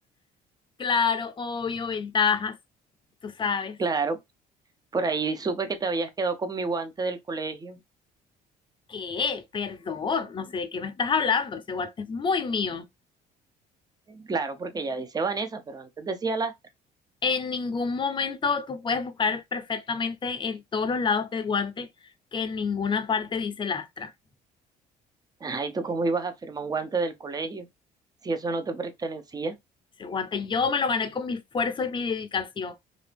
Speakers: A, on the left; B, on the right.
A: Claro, obvio, ventajas, tú sabes.
B: Claro, por ahí supe que te habías quedado con mi guante del colegio.
A: ¿Qué? Perdón, no sé de qué me estás hablando, ese guante es muy mío.
B: Claro, porque ya dice Vanessa, pero antes decía la...
A: En ningún momento tú puedes buscar perfectamente en todos los lados del guante que en ninguna parte dice lastra.
B: Ajá, ¿y tú cómo ibas a firmar un guante del colegio si eso no te pertenecía?
A: Ese guante yo me lo gané con mi esfuerzo y mi dedicación.